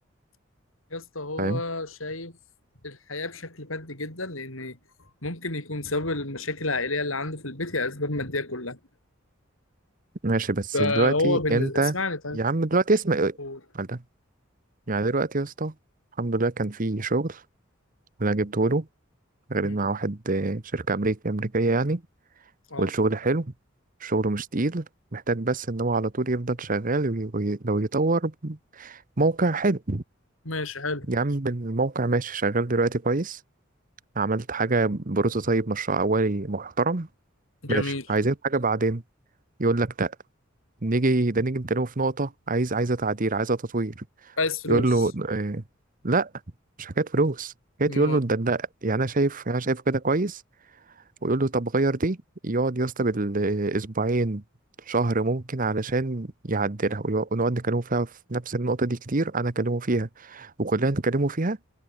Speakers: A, on the left (about 85°); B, on the right (about 40°).
A: يا اسطى هو
B: فاهم
A: شايف الحياة بشكل مادي جدا لأن ممكن يكون سبب المشاكل العائلية اللي عنده في البيت هي أسباب مادية كلها
B: ماشي بس
A: فهو
B: دلوقتي
A: بالنسبة
B: انت
A: اسمعني طيب
B: يا عم دلوقتي اسمع ايه
A: قول
B: قال ده يعني دلوقتي يا اسطى الحمد لله كان في شغل اللي أنا جبته له غير
A: مم.
B: مع واحد آه، شركة أمريكية أمريكية يعني
A: اه
B: والشغل حلو الشغل مش تقيل محتاج بس إن هو على طول يفضل شغال وي- وي- لو يطور موقع حلو
A: ماشي حلو
B: يا عم الموقع ماشي شغال دلوقتي كويس عملت حاجة بروتوتايب مشروع أولي محترم
A: جميل
B: ماشي عايزين حاجة بعدين يقول لك لا نيجي ده نيجي نتكلم في نقطة عايز عايزة تعديل عايزة تطوير
A: عايز فلوس
B: يقول له آه لا مش حكاية فلوس حكاية
A: ما
B: يقول له ده لا يعني أنا شايف يعني أنا شايفه كده كويس ويقول له طب غير دي يقعد يا اسطى بالأسبوعين شهر ممكن علشان يعدلها ويقعد- ونقعد نكلمه فيها في نفس النقطة دي كتير أنا أكلمه فيها وكلنا نتكلموا فيها